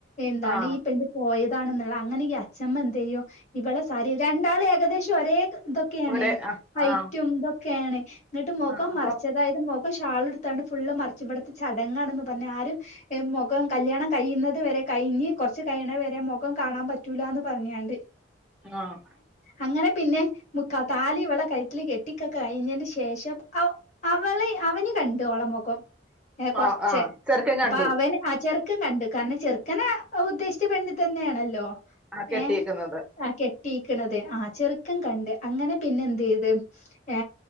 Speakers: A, on the left; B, in the centre.
A: എന്താണ്
B: ആ
A: ഈ പെ പോയതാണെന്നുള്ള അങ്ങനെ അച്ഛമ്മ എന്ത ചെയ്യോ ഇവളെ സാരി രണ്ടാള ഏകദേശം ഒരേ ഇതൊക്കെയാണ്
B: ഒരേ ആ
A: ഹൈറ്റും
B: ആ
A: ഇതൊക്കെയാണ് ഇങ്ങിട്ട് മോക്കാ
B: ആ അപ്പൊ
A: മറച്ചതായത്ക്ക ഇപ്പൊ ഷാള എടുത്താണ്ട് ഫുള്റിച്ച് ഇവിടുത്തെ ചടങ്ങാണന്ന് പറഞ്ഞ ആരും മുഖം കല്യാണം കഴിയുന്നത് വരെ കഴിഞ്ഞ് കുറച്ചു കഴിണ വരെ മുഖം കാണാൻ പറ്റൂല എന്ന് പറഞ്ഞാണ്ട്
B: ആഹ്
A: അങ്ങനെ പിന്നെ മു താലി വിള കയറ്റ കെട്ടിക്കൊക്കെ കഴിഞ്ഞ <unintelligible> ശേഷം അ അവളെ അവന് കണ്ട് ഓളമൊഖം ഏയ് കുറച്ചേ
B: ആ ആ ചെറുക്കൻ
A: പ്പൊ
B: കണ്ടു
A: അവൻ അ ചെറുക്കൻ കണ്ടു കാരണം ചെറുക്കന ഉദ്ദേശിച്ച പെണ്ണി തന്നെയാണല്ലോ
B: ആ കെട്ടിയേക്കുന്നത്
A: ഏഹ് ആ കെട്ടിയിക്കണത് ആ ചെറുക്കൻ കണ്ട് അങ്ങനെ പിന്നെ എന്ത് ചെയ്ത് ഏ